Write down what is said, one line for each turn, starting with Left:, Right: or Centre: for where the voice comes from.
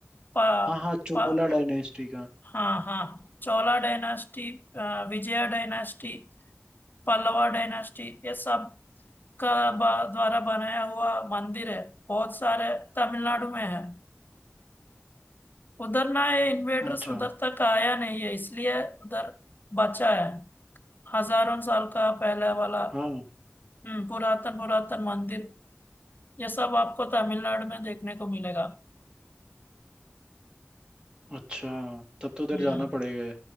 Left: पा,
Right: हाँ हाँ चोला
Left: पा,
Right: डायनेस्टी का
Left: हाँ हाँ Chola dynasty Vijay dynasty Pallava dynasty ये सब का ब- द्वारा बनाया हुआ मंदिर है बहुत सारे तमिलनाडु में है उधर ना ये इन्वेडर्स
Right: अच्छा
Left: उधर तक आया नहीं है इसलिए उधर बचा है हजारों साल का पहला वाला
Right: हाँ
Left: हम्म पुरातन पुरातन मंदिर ये सब आपको तमिलनाडु में देखने को मिलेगा
Right: अच्छा तब तो उधर
Left: हम्म
Right: जाना पड़ेगा